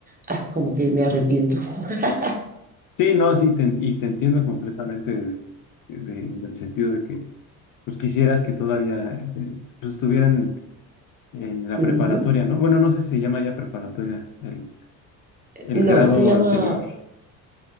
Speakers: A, on the right; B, on the left.
A: Ah, como que me arrepiento. <laughs>
B: Sí, no, sí, te, y te entiendo completamente de- de- del sentido de que pues quisieras que todavía eh, pues, estuvieran en la
A: Ujú.
B: preparatoria, ¿no? Bueno, no sé si se llama ya preparatoria el, el
A: No,
B: grado
A: se llama
B: anterior.